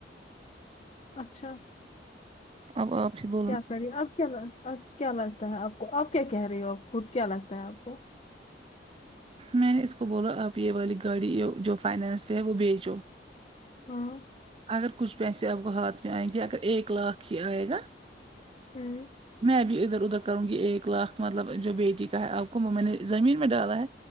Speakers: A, on the left; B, on the right.
A: اچھا
B: اب آپ ہی با
A: کیا کری آپ کیا کیا لگتا ہے آپ کو آپ کیا کہہ رہی ہو آپ خود کیا لگتا ہے آپ کو
B: میں نے اس کو بولا آپ یے والی گاڑی جو فائنانس پے ہے وہ بیچو
A: ہاں
B: اگر کچھ پیسے آپ کو ہاتھ میں آئیں گے اگر ایک لاکھ ہی آئے گا
A: <unintelligible>
B: میں بھی ادھر ادھر کروں گی ایک لاکھ مطلب جو بیٹی کا ہے آپ کو وہ میں نے زمین میں ڈالا ہے